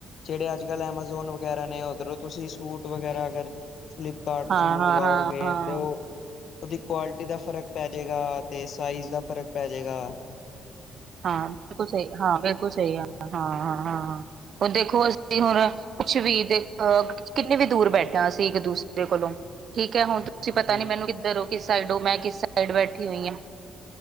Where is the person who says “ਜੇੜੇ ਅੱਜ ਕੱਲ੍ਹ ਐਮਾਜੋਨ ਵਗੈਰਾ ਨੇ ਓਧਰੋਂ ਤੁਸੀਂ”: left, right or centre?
Left